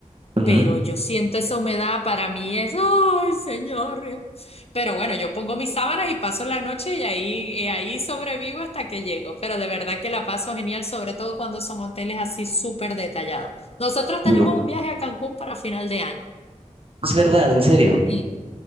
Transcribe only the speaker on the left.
pero yo siento esa humedad, para mí es, ay, señor. Pero bueno, yo pongo mis sábanas y paso la noche y ahí, y ahí sobrevivo hasta que llego. Pero de verdad que la paso genial, sobre todo cuando son hoteles así súper detallados. Nosotros
tenemos un viaje a Cancún para final de año.
Sí.